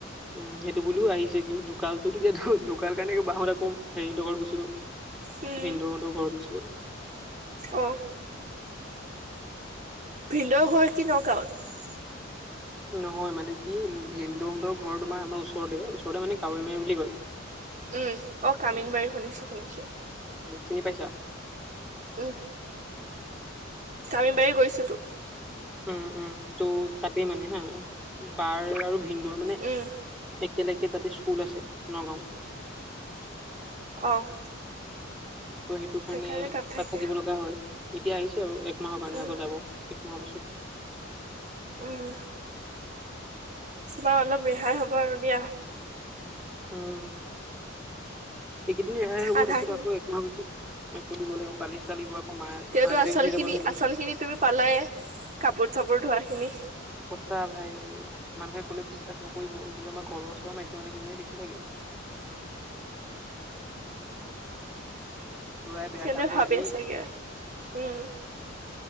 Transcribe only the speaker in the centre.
উম সে টো বুলিও আহিছে কিন্তু ঢুকালটোটো এতিয়া ঢু-ঢুকাল কাৰণে বা হত আকৌ হেৰি হঁতৰ ঘৰত গুচি গ'ল।
ভিনদেউ হঁতৰ ঘৰত গুচি গল।
নহয় মানে, কি ভিনদহঁতৰ ঘৰ তোমাৰ আমাৰ ওচৰতে- ওচৰতে মানে কাৱৈ মাৰী বুলি কয়।
চিনি পাইছা?
উম-উম ত' তাতে মানে হা, বাৰ আৰু ভিনদেউৰ মানে
একেলগে ততে স্কুল আছে নগাঁওত।
ত' সেইটো
কাৰণে
তাত থাকিব লগা হয়, এতিয়া আহিছে আৰু এক মাহৰ কাৰণে
আকৌ যাব, এক মাহৰ পিছত।
উম। এইকেইদিন ৰেহাই হ'ব
তাৰ পিছতকৌ
একমাহৰ, পিছত আকৌ দিব লাগিব। পালিচ লাগিব আকৌ মা
মা যেতিয়া
গুচি যাব
ধৰি লওক
আচ্ছা ভাই মানুহে কলে বিশ্বাস নকৰিব। কিন্তু আমাৰ ঘৰৰ ওচৰ মাইকী মানুহকেইজনীয়ে দেখি থাকে। <inaudible> ল'ৰাই বেয়া
কাম কৰে
দেই